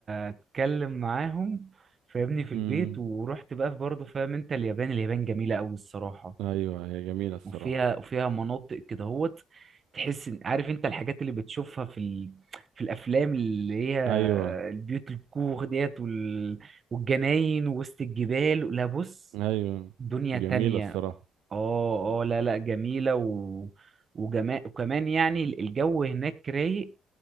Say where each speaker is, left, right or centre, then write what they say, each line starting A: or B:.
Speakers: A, on the right; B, on the right.
A: اتكلم معاهم فاهمني في
B: امم
A: البيت ورحت بقى برضه فاهم انت اليابان اليابان جميلة قوي الصراحة
B: ايوه هي جميله الصراحه
A: وفيها وفيها مناطق كده هوت تحس إن- عارف انت الحاجات اللي بتشوفها في ال... في الافلام اللي هي
B: ايوه
A: البيوت الكوخ ديت وال... والجناين وسط الجبال لا بص
B: ايوه
A: دنيا
B: جميله
A: تانية
B: الصراحه
A: اه اه لا لا جميلة و... وجما... وكمان يعني الجو هناك رايق